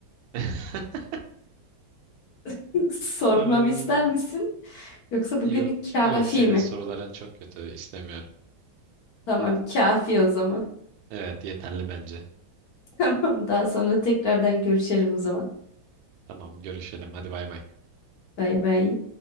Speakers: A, on the right; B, on the left.
A: <laughs>
B: <laughs> Sormamı
A: Ay,
B: ister misin? Yoksa bugünlük
A: Yok,
B: kafi
A: yok senin
B: mi?
A: soruların çok kötü istemiyorum.
B: Tamam, kafi o zaman.
A: Evet yeterli bence.
B: <laughs> Tamam, daha sonra tekrardan görüşelim o zaman.
A: Tamam görüşelim hadi bay bay.
B: Bay bay.